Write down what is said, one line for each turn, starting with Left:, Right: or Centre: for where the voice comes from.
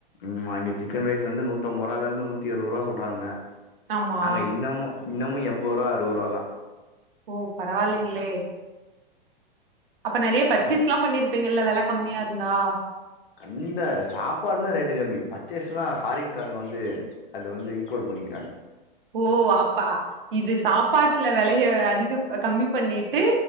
Left: ம்மா இங்க சிக்கன் ரைஸ் வந்து நூத்தம்பதுரூபால இருந்து நூத்தி எழுவரூபா சொல்றாங்க
Right: ஆமா
Left: அங்க இன்னமு இன்னமு எம்பதுரூவா அரூர்ரூவா தா
Right: ஓ பரவாயில்லைங்களே அப்ப நெறைய பர்ச்சேஸ்லா
Left: தா
Right: பண்ணிருப்பீங்கல்ல வெல கம்மியா இருந்தா
Left: அந்த சாப்பாடு தா ரேட்டு கம்மி பர்ச்சேஸ் எல்லா ஃபாரின்காரங்க வந்து அது வந்து ஈக்குவல் பண்ணிக்கிறாங்க
Right: ஓ அப்ப இது சாப்பாட்டுல வெலைய அதிக அ கம்மி பண்ணிட்டு